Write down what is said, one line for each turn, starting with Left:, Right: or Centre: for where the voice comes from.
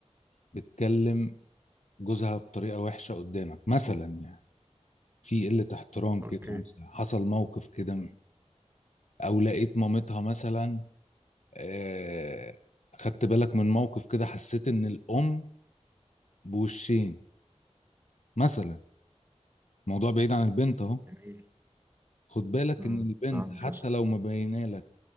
Left: بتكلم جوزها بطريقه وحشه قدامك مثلا يعني في قله احترام
Right: أوكي
Left: كده مثلا حصل موقف كده او لقيت مامتها مثلا آه خدت بالك من موقف كده حسيت ان الام بوشين مثلا موضوع بعيد عن البنت اهو
Right: جميل
Left: خد بالك
Right: امم
Left: ان البنت
Right: فهمت
Left: حتى
Right: قصدك.
Left: لو مبينه لك